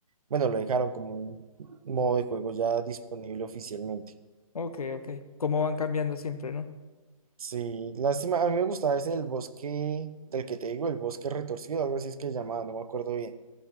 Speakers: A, on the right; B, on the left.
A: Bueno, lo dejaron como un modo de juego ya disponible oficialmente.
B: ok, ok. Cómo van cambiando siempre, ¿no?
A: Sí, lástima. A mí me gustaba ese del bosque, del que te digo, el bosque retorcido, algo así es que llamaba, no me acuerdo bien.